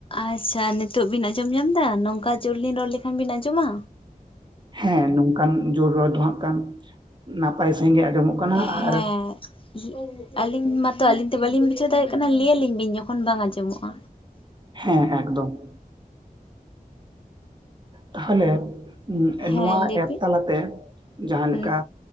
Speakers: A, on the left; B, on the right.
A: ᱟᱪᱷᱟ ᱱᱤᱛᱳᱜ ᱵᱤᱱ ᱟᱸᱡᱚᱢ ᱧᱟᱢ ᱮᱫᱟ ᱱᱚᱝᱠᱟ ᱡᱳᱨ ᱞᱤᱧ ᱨᱚᱲ ᱞᱮᱠᱷᱟᱱ ᱵᱤᱱ ᱟᱸᱡᱚᱢᱟ᱾
B: ᱦᱮᱸ ᱱᱚᱝᱠᱟᱱ ᱡᱳᱨ ᱨᱚᱲ ᱫᱚ ᱦᱟᱜ ᱠᱷᱟᱱ ᱱᱟᱯᱟᱭ ᱥᱟᱺᱦᱤᱡ ᱜᱮ ᱟᱸᱡᱚᱢᱚᱜ ᱠᱟᱱᱟ
A: ᱦᱮᱸ
B: ᱟᱨ
A: ᱟᱹᱞᱤᱧ ᱢᱟ, ᱛᱚ ᱟᱹᱞᱤᱧ ᱫᱚ ᱵᱟᱹᱞᱤᱧ ᱵᱩᱡᱷᱟᱹᱣ ᱫᱟᱲᱮᱭᱟᱜ ᱠᱟᱱᱟ ᱞᱟᱹᱭ ᱟᱹᱞᱤᱧ ᱵᱤᱱ ᱡᱚᱠᱷᱚᱱ ᱵᱟᱝ ᱟᱡᱸᱚᱢᱚᱜ-ᱟ᱾
B: ᱦᱮᱸ ᱮᱠᱫᱚᱢ᱾ ᱛᱟᱦᱚᱞᱮ
A: ᱦᱮᱸ
B: ᱱᱚᱣᱟ
A: ᱞᱟᱹᱭ
B: ᱮᱯ
A: ᱵᱤᱱ
B: ᱛᱟᱞᱟᱛᱮ ᱡᱟᱦᱟᱸ
A: ᱦᱩᱸ
B: ᱞᱮᱠᱟ᱾